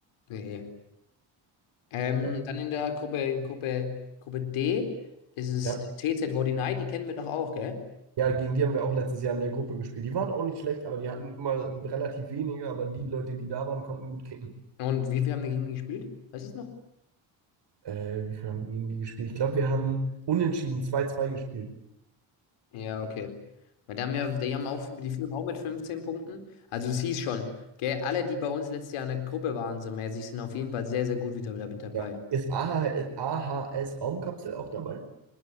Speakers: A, on the left; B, on the right.
A: Nee. nee. Ähm,
B: Ja.
A: dann in der Gruppe, in Gruppe, Gruppe D ist es
B: Ja,
A: TZ Wordinei, die kennen wir doch auch, gell?
B: Ja, gegen die haben wir auch letztes Jahr in der Gruppe gespielt. Die waren auch nicht schlecht, aber die hatten immer relativ wenige, aber die Leute, die da waren, konnten gut kicken.
A: Und wie viel haben wir gegen die gespielt? Weißt du es noch?
B: Äh, wie viel haben wir gegen die gespielt? Ich glaube, wir haben unentschieden 2-2 gespielt.
A: Ja, okay. Weil da haben ja, die haben auch, die führen auch mit 15 Punkten. Also es hieß schon, gell, alle, die bei uns letztes Jahr in der Gruppe waren, so mäßig, sind auf jeden Fall sehr, sehr gut wieder mit dabei.
B: Ja. Ist AHS, AHS Raumkapsel auch dabei?